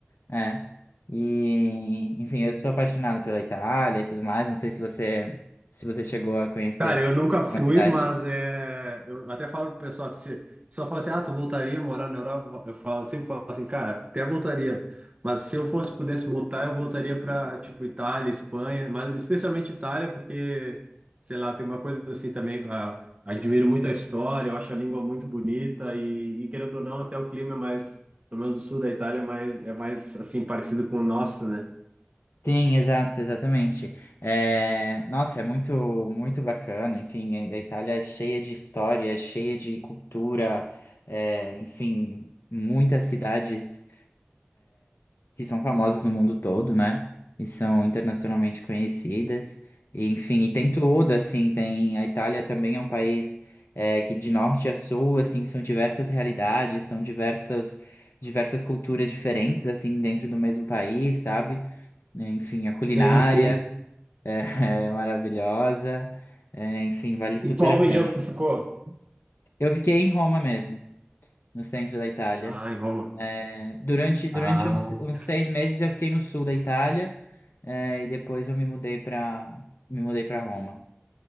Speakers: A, on the left; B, on the right.
A: é e enfim eu sou apaixonado pela Itália e tudo mais não sei se você se você chegou a conhecer
B: Cara, eu nunca
A: alguma
B: fui,
A: cidade
B: mas é, eu até falo pro pessoal que se só fala assim, ah, tu voltaria a morar na Europa? Eu falo, sempre falo assim, cara, até voltaria. Mas se eu fosse, pudesse voltar, eu voltaria para tipo Itália, Espanha, mas especialmente Itália, porque sei lá, tem uma coisa assim também, a- admiro muito a história, eu acho a língua muito bonita e, e querendo ou não, até o clima é mais, pelo menos o sul da Itália, é mais é mais assim parecido com o nosso, né?
A: Sim, exato, exatamente. É, nossa, é muito, muito bacana. Enfim, a a Itália é cheia de história, cheia de cultura, é, enfim, muitas cidades. que são famosas no mundo todo, né? E são internacionalmente conhecidas. E, enfim, e tem tudo, assim, tem a Itália também é um país é, que de norte a sul, assim, são diversas realidades, são diversas diversas culturas diferentes, assim, dentro do mesmo país, sabe? É, Enfim, a culinária
B: Sim, sim.
A: é, <laughs> é maravilhosa. É, enfim, vale super
B: E qual
A: a
B: região
A: pena.
B: que tu ficou?
A: Eu fiquei em Roma mesmo, no centro da Itália.
B: Ah, em Roma.
A: É, durante durante
B: Ah.
A: uns, uns seis meses eu fiquei no sul da Itália, é, e depois eu me mudei para me mudei para Roma.